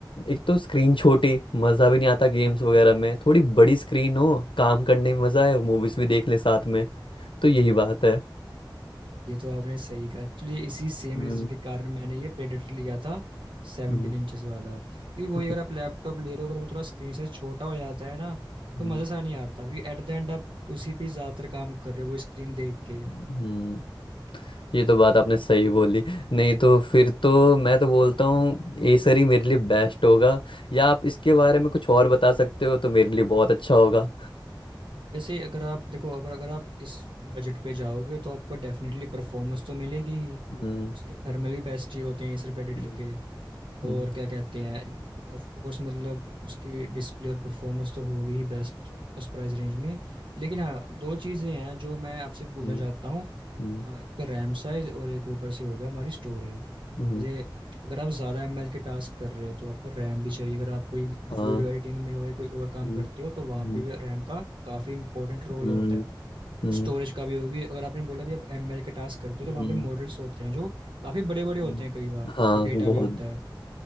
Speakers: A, on the left (about 85°); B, on the right (about 80°).
A: एक तो स्क्रीन छोटी मज़ा भी नहीं आता गेम्स वगैरह में थोड़ी बड़ी स्क्रीन हो काम करने में मज़ा है मूवीज़ भी देख लें साथ में तो यही बात है
B: ये तो आपने सही कहा एक्चुअली इसी सेम
A: हम्म
B: रीजन के कारण मैंने ये प्रेडेटर लिया था सेवनटीन
A: हम्म
B: इंचेस वाला क्योंकि
A: <laughs>
B: वही अगर आप लैपटॉप ले रहे हो अगर वो थोड़ा स्क्रीन साइज छोटा हो जाता है ना
A: हम्म
B: तो मज़े सा नहीं आता क्योंकि एट द एंड आप उसी पे ज़्यादातर काम कर रहे हो वो स्क्रीन देख के
A: हम्म, ये तो बात आपने सही बोली नहीं तो फिर तो मैं तो बोलता हूँ एसर ही मेरे लिए बेस्ट होगा या आप इसके बारे में कुछ और बता सकते हो तो मेरे लिए बहुत अच्छा होगा
B: वैसे अगर आप देखो अगर अगर आप इस बजट पे जाओगे तो आपको डेफिनेटली परफॉर्मेंस तो मिलेगी ही
A: हम्म
B: उसके थर्मल भी बेस्ट ही होते हैं इस प्रेडेटर
A: हम्म
B: के और
A: हम्म
B: क्या कहते हैं ऑफ कोर्स मतलब उसकी डिस्प्ले और परफॉर्मेंस तो होगी ही बेस्ट उस प्राइस रेंज में लेकिन हाँ दो चीज़ें हैं जो मैं आपसे पूछना
A: हम्म
B: चाहता हूँ
A: हम्म
B: अ, एक तो रैम साइज और एक ऊपर से होगा हमारी स्टोरेज
A: हम्म, हम्म,
B: जैसे अगर आप ज़्यादा एम एल के टास्क कर रहे हो तो आपको रैम भी चाहिए अगर आप कोई वीडियो
A: हाँ
B: एडिटिंग में हो या कोई और काम
A: हम्म
B: करते हो तो वहाँ
A: हम्म
B: पे भी रैम का काफ़ी इंपॉर्टेंट रोल
A: हम्म
B: होता है
A: हम्म,
B: स्टोरेज का भी होगी अगर आपने बोला भी आप एम एल के टास्क करते हो तो
A: हम्म,
B: वहाँ पे मॉडल्स होते हैं जो काफ़ी बड़े बड़े होते
A: हम्म,
B: हैं कई बार
A: हाँ
B: जो डेटा
A: बहुत
B: भी होता है